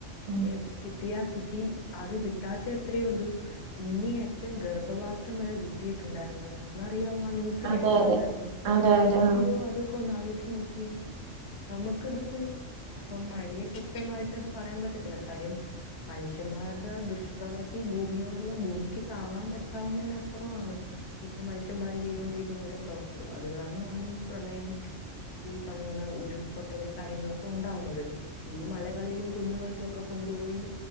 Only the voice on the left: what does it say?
ഏഹ് കിട്ടിയാ കിട്ടി അത് കിട്ടാത്ത എത്രയോ ഉണ്ട് ഇങ്ങേ അറ്റം ഗർഭപാത്രം വരെ കിട്ടിയിട്ടുണ്ടായിരുന്നു അതിനകത്ത് ഇന്നറിയാവോ ആ ന്യൂസ്
കേട്ടിട്ടുണ്ടായിരുന്നോ
അയ്യോ അതൊ ക്കൊന്നാലോചിച്ച് നോക്കിയേ നമുക്കതിപ്പം ഇപ്പം മഴ ഏഹ് കുൃത്യമായിട്ടത് പറയാൻ പറ്റത്തില്ല കാര്യം മനുഷ്യന്മാരുടെ ദുഷ്പ്രവർത്തി ഭൂമിയോടുള്ള ഭൂമിക്ക് താങ്ങാൻ പറ്റാവുന്നതിന് അപ്പുറമാണ് ഇപ്പം മനുഷ്യമ്മാര് ചെയ്തോണ്ടിരിക്കുന്ന ഓരോ പ്രവൃത്തികള് അത് കാരണമാണ് ഈ പ്രളയം ഈ പണ്ണോള്ള ഉരുൾപൊട്ടല് കാര്യങ്ങളൊക്കെ ഉണ്ടാവുന്നത് ഈഹ് മലകളിലും കുന്നുകളിലും ഒക്കെ കൊണ്ടുപോയി